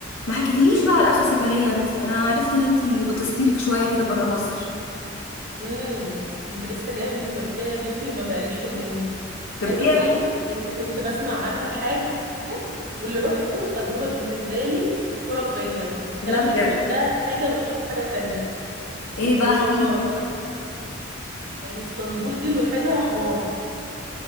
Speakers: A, on the left (about 80°); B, on the right (about 45°).
A: ما حكيتليش بقى على اخر سفرية انت انا عرفت ان انت غطستي لك شوية كده برا مصر
B: امم كنت لسه جايه من تركيا يا بنتي ما بقاليش يومين
A: تركيا
B: عايزه اقول لك ان كنت بسمع عنها حاجه واللي رحته تجربه بالنسبه لي خرافيه الكلام
A: لا بجد
B: اللي سمعته ده حاجه واللي شفته حاجه تانية
A: ايه بقى
B: حوار
A: احكي لي
B: يعني اسطنبول دي لوحدها حوار